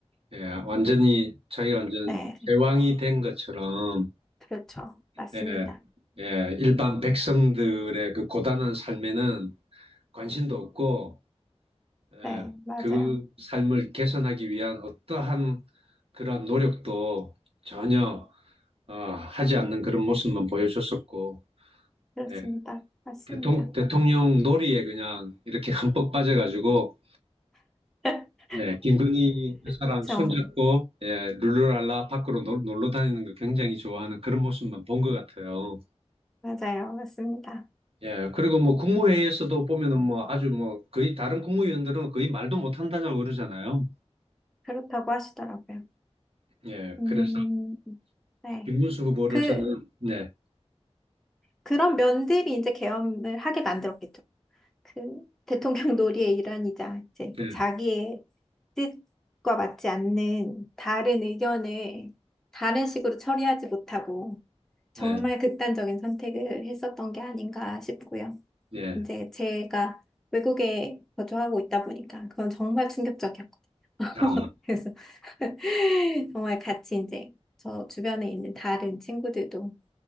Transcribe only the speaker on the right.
예, 완전히 자기가 완전
제왕이 된 것처럼
예, 예, 일반 백성들의 그 고단한 삶에는 관심도 없고 예,
그 삶을 개선하기 위한 어떠한 그러한 노력도 전혀 어, 하지 않는 그런 모습만 보여줬었고
예,
대통, 대통령 놀이에 그냥 이렇게 <laughs> 흠뻑 빠져가지고
네, 김건희 여사랑
손잡고 예, 룰루랄라 밖으로 놀, 놀러 다니는 거 굉장히 좋아하는 그런 모습만 본 것 같아요.
예, 그리고 뭐 국무회의에서도 보면은 뭐 아주 뭐 거의 다른 국무위원들은 거의 말도 못 한다고 그러잖아요.
예,
그래서
김문수 후보를
저는 네,
네,
네,
예,
아,